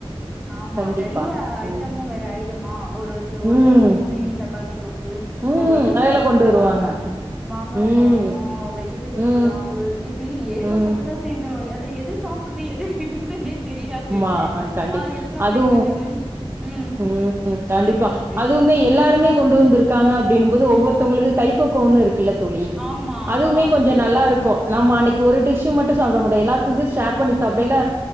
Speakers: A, in the centre; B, on the right (about 25°).
A: ஆமா
B: கண்டிப்பா
A: நெறைய ஐட்டமு
B: ம்
A: வேற ஆயிடுமா ஒருத்த ஒருத்தர்
B: ம்
A: பூரி தக்காளி தொக்கு
B: ம்
A: ஒருத்தர்
B: அதுல
A: தயிர்
B: கொண்டு
A: சாதோ
B: வருவாங்க
A: மாங்கா
B: ம்
A: சாதோ வெஜிடபிள்
B: ம்
A: புலாவு இப்டி ஏகப்பட்டதா
B: ம்
A: சேந்துரு யா அதுல எத சாப்ட்றது எத விட்றது துனே தெரியாது
B: ஆ ஆ கண்டிப்பா
A: எல்லாமே
B: அதூ
A: கொஞ்சோ கொஞ்சோ ம்
B: ஊ கண்டிப்பா
A: சொல்லுங்க தோழி
B: அதுவுமே
A: ம்
B: எல்லாருமே கொண்டு வந்திருக்காங்க அப்டினு போது ஒவ்வொருத்தவங்களுக்கு கைப்பக்குவோனுரு க்குல தோழி
A: ஆமா
B: அதுவுமே
A: ஆமா அது
B: கொஞ்ச
A: பெரிய
B: நல்லா
A: விஷ்
B: இருக்கு நம்ம அன்னைக்கு ஒரு டிஷ்ஷு மட்டு சாப்ட மாட்டோ எல்லாத்தது ஷேர் குக் பண்ணி சாப்டேல